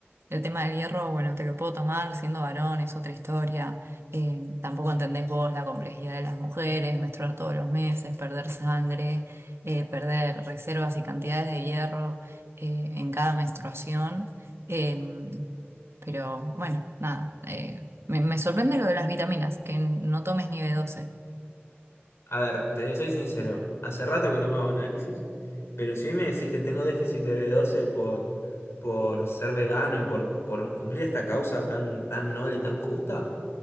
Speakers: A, on the right (about 70°); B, on the left (about 80°).
A: El tema del hierro, bueno, te lo puedo tomar siendo varón, es otra historia. Eh, tampoco entendés vos la complejidad de las mujeres, menstruar todos los meses, perder sangre, eh, perder reservas y cantidades de hierro eh, en cada menstruación. Eh, pero bueno, nada, eh, me, me sorprende lo de las vitaminas, que no tomes ni b doce
B: A ver, te soy sincero, hace rato que no me hago análisis, pero si hoy me decís que tengo déficit de B12 por, por ser vegano y por, por cumplir esta causa tan, tan noble y tan justa.